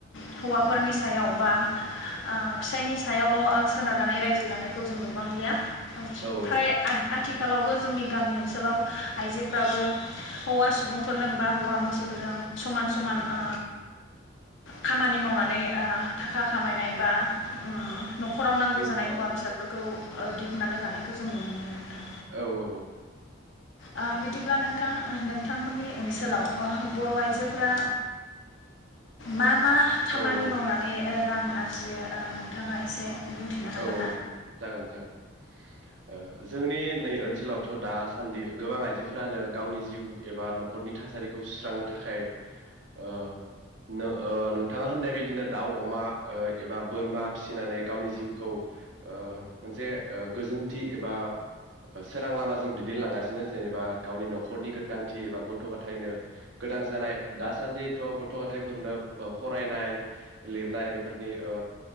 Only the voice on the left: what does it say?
ओ हौवाफोरनि सायाव बा ओ फिसायनि सायावल सोनारनानै रायजो जानायखौ जों नुबांलिया।
फ्राय
आथ आथिख खालावबो जोंनि गामि ओनसोलाव आइजोफ्राबो हौवा सुबुंफोरजोंबा हौवा मानसि फोरजों समान समान ओ खामानि। मावनानै ओ थाखा खामायनाय बा उम। नखराव नांगौ
जानाय मुवा
बेसादफोरखौ। ओ‌ दिहुननानै लानायखौ जों नुनो मोनो नोंथां।
ओ बिदिब्ला नोंथां नोंथांमोननि ओनसोलाव ओ‌ बर आइजोफोरा मा मा। खामानि
मावनानै ओ रां आरजि ओ नोंथाङा एसे। बुंथिनो हागोन
ना